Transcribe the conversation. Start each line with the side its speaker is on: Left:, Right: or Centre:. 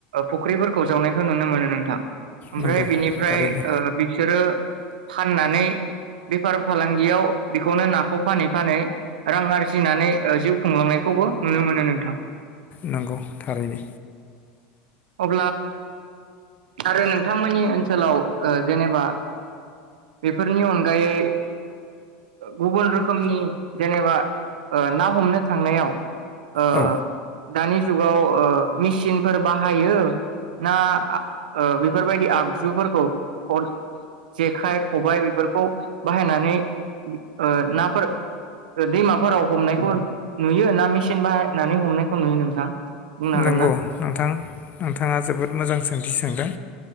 Right: फुख्रिफोरखौ जावनायखौ नुनो मोनो नोंथां। ओमफ्राय
Left: नंगौ
Right: बिनिफ्राय
Left: थारैनो
Right: बिसोरो। फाननानै बेफार फालांगियाव बेखौनो नाखौ फानै फानै रां आरजिनानै जिउ खुंलांनायखौबो नुनो मोनो नोंथां।
Left: नांगौ थारैनो।
Right: अ। बिथांमोननि ओनसोलाव जेनेबा बेफोरनि अनगायै गुबुन रोखोमनि जेनेबा ना हमनो थांनायाव। ओ।
Left: औ
Right: दानि जुगाव ओ मिसिनफोर बाहायो ना आ ओ बे फोरबायदि आगजुफोरखौ खर जेखाइ खबायाइ बेफोरखौ बाहायनानै, ओ नाफोर ओ दैमाफोराव हमनायखौ नुयो ना मेसिन बाहायनानै हमनायखौ नुयो नोंथां। बुंनो हागोन
Left: नोंगौ
Right: ना?
Left: नोंथां नोंथाङा जोबोद मोजां सोंथि सोंदों।